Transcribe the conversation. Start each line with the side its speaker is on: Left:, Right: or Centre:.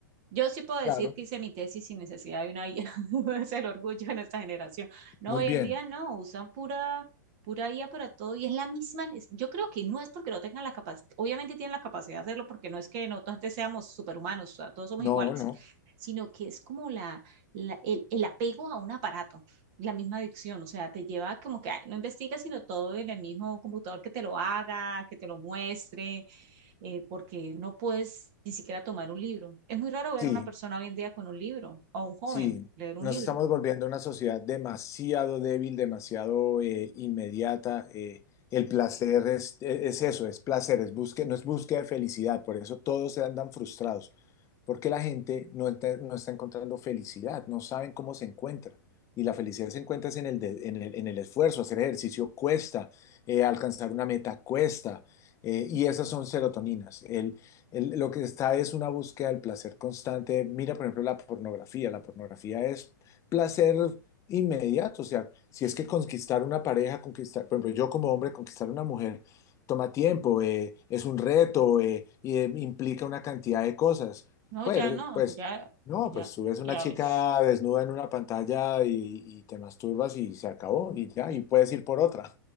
Right: Yo sí puedo decir
Left: Claro,
Right: que hice mi tesis sin necesidad de una guía. <laughs> Es el orgullo de nuestra generación. No,
Left: muy
Right: hoy
Left: bien.
Right: en día no, usan pura, pura guía para todo y es la misma. nes- Yo creo que no es porque no tengan la capacidad, obviamente tienen la capacidad de hacerlo porque no es que nosotros antes seamos superhumanos, o sea, todos somos
Left: No,
Right: iguales,
Left: no.
Right: sino que es como la, la- el, el apego a un aparato, la misma adicción, o sea, te lleva como que ay, no investigas, sino todo en el mismo computador que te lo haga, que te lo muestre eh, porque no puedes ni siquiera tomar un libro. Es muy raro ver
Left: Sí.
Right: a una persona hoy en día con un libro, o a un joven
Left: Sí,
Right: leer un
Left: nos
Right: libro.
Left: estamos volviendo una sociedad demasiado débil, demasiado eh, inmediata. eh, el placer es, e, es eso, es placer, es búsqueda, no es búsqueda de felicidad. Por eso todos se andan frustrados, porque la gente no, ente- no está encontrando felicidad, no saben cómo se encuentra. Y la felicidad se encuentra es en el, de- en el, en el esfuerzo, hacer ejercicio cuesta, eh, alcanzar una meta cuesta, eh,
Right: Y,
Left: y esas son serotoninas el- lo que está es una búsqueda del placer constante. Mira, por ejemplo, la pornografía. La pornografía es placer inmediato. O sea, si es que conquistar una pareja, conquistar, por ejemplo, yo como hombre, conquistar una mujer toma tiempo, eh, es un reto eh, y eh, implica una cantidad de cosas.
Right: no,
Left: Pues,
Right: ya no,
Left: pues,
Right: ya,
Left: no,
Right: ya,
Left: pues tú ves una
Right: ya,
Left: chica
Right: es-
Left: desnuda en una pantalla y, y te masturbas y se acabó y ya,
Right: y-
Left: y puedes ir por otra.